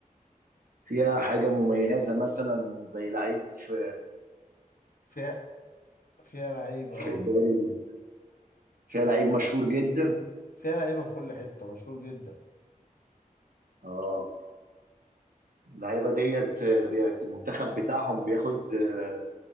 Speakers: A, on the right; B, on the left.
A: فيها حاجة مميزة مثلا زي لعيب في
B: فيها فيها لعيبة
A: في
B: اه
A: الدوري فيها لعيب مشهور جدا
B: فيها لعيبة في كل حتة مشهور جدا
A: اه اللعيبه ديت آه، بياخد- المنتخب بتاعهم بياخد آه،